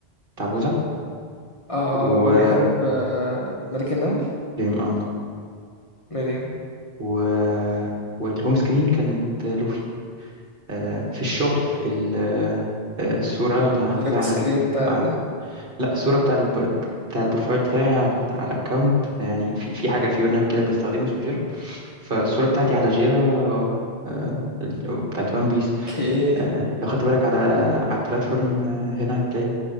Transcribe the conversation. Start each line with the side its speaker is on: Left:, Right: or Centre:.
Right: بتاع بوذا
Left: آه،
Right: ومريم
Left: هو بيحارب آه، ملك النمل
Right: اه
Left: مريم
Right: و... والهوم سكرين كانت لوفي آه، في الشغل ال... آه، الصورة اللي أنا حاططها
Left: اللوك
Right: على
Left: سكرين
Right: ال...
Left: بتاعت
Right: على
Left: ال-
Right: ال- لا الصورة بتاع الب... بتاع البروفايل بتاعي على, على الأكاونت يعني في في حاجة في برنامج كده بنستخدمه اسمه جيرا فالصورة بتاعتي على جيرا آه، ال- بتاعت وان بيس
Left: اوكي
Right: آه، لو خدت بالك على على البلاتفورم آه، هنا هتلاقي